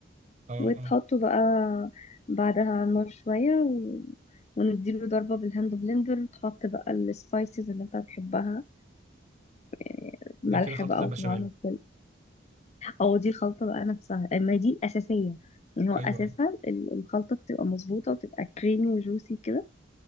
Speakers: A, on the right; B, on the left.
A: اه
B: وتحطه
A: اه
B: بقى بعدها على النار شوية و... ونديله ضربة بالهاند بلندر وتحط بقى السبايسز اللي انت هتحبها يعني ملح
A: ده كده خلطة
B: بقى
A: البشاميل
B: وطبعا وكل او دي الخلطة بقى نفسها اما دي الأساسية يعني هو
A: ايوه
B: أساسها
A: اه
B: ال- الخلطة بتبقى مظبوطة وبتبقى كريمي وجوسي كده